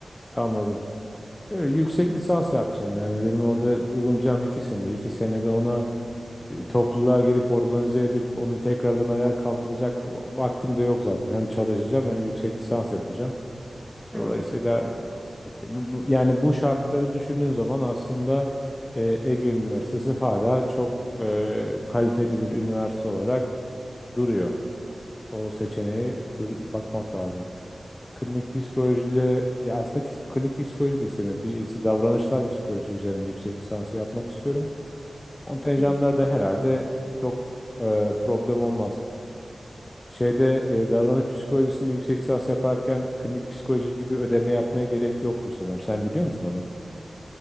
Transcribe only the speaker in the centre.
Hı.
Evet.
Hı.